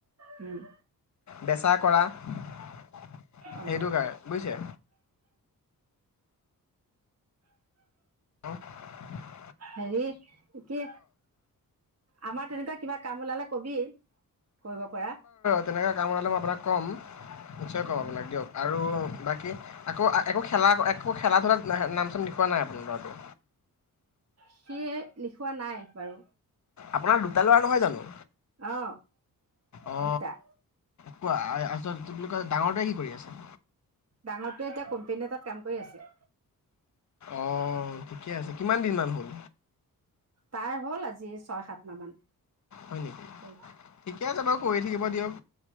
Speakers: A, on the right; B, on the left.
A: উম।
B: বেচা কৰা। সেইটো
A: অ
B: কাৰন বুজিছে? হ <unintelligible>
A: হেৰি, কি আমাৰ তেনেকুৱা কিবা কাম ওলালে কবি কৰিব পৰা।
B: তেনেকা কাম ওলালে মই আপোনাক ক'ম। নিশ্চয় ক'ম
A: উম,
B: আপোনাক দিয়ক। আৰু বাকী, আকৌ একো খেলা একো খেলা ধূলাত নাম চাম লিখুওৱা নাই আপোনাৰ ল'ৰাটোৰ?
A: সি লিখোৱা নাই বাৰু।
B: আপোনাৰ দুটা লৰা নহয় জানো?
A: অ
B: অ,
A: দুটা
B: কোৱা আছল কি বুলি কয় ডাঙৰটোৱে কি কৰি আছে?
A: ডাঙৰটোৱে এতিয়া কোম্পানী এটাত কাম কৰি আছে।
B: অ ঠিকে আছে, কিমান দিন মান হ'ল?
A: তাৰ হ'ল আজি ছয় সাত মাহ মান।
B: হয় নেকি?
A: কৰি
B: ঠিকে আছে বাৰু কৰি থাকিব দিয়ক,